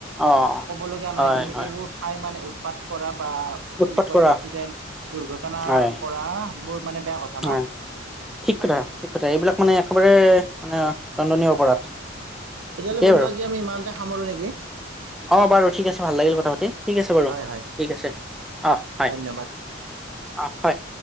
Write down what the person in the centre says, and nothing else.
অ
হয়
হয়
উৎপাত
কৰা
হয়
হয়
ঠিক কথা, ঠিক কথা এইবিলাক
মানে একেবাৰে মানে দণ্ডনীয় অপৰাধ।
ঠিকেই
বাৰু
অ', বাৰু ঠিক আছে ভাল লাগিল কথা পাতি, ঠিক আছে, বাৰু
ঠিক আছে, অ, হয়।
অ হয়।